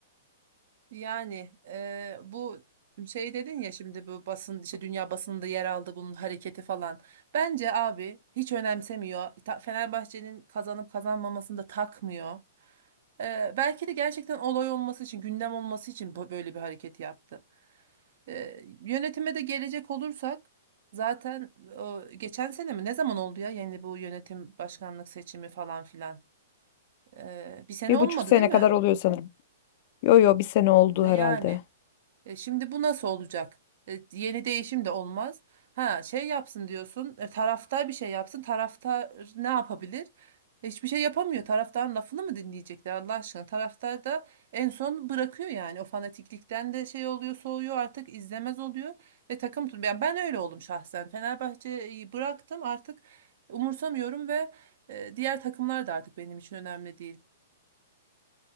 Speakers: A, on the right; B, on the left.
A: Yani eee, bu şey dedin ya şimdi bu basın işte dünya basınında yer aldı bunun hareketi falan. Bence abi hiç önemsemiyor. Ta- Fenerbahçe'nin kazanıp kazanmamasını da takmıyor. Eee, belki de gerçekten olay olması için, gündem olması için bu- böyle bir hareket yaptı. Eee, yönetime de gelecek olursak zaten o, geçen sene mi ne zaman oldu ya yani bu yönetim başkanlık seçimi falan filan. Eee, bir sene
B: Bir
A: olmadı
B: buçuk sene
A: değil mi?
B: kadar oluyor sanırım. Yo yo bir sene oldu
A: E,
B: herhalde.
A: Yani. E, şimdi bu nasıl olacak? E, yeni değişim de olmaz. Ha şey yapsın diyorsun. E, taraftar bir şey yapsın. Taraftar ne yapabilir? Hiçbir şey yapamıyor. Taraftarın lafını mı dinleyecekler Allah aşkına? Taraftar da en son bırakıyor yani. O fanatiklikten de şey oluyor, soğuyor artık izlemez oluyor ve takım tut. Yani ben öyle oldum şahsen. Fenerbahçe'yi bıraktım artık umursamıyorum ve e, diğer takımlar da artık benim için önemli değil.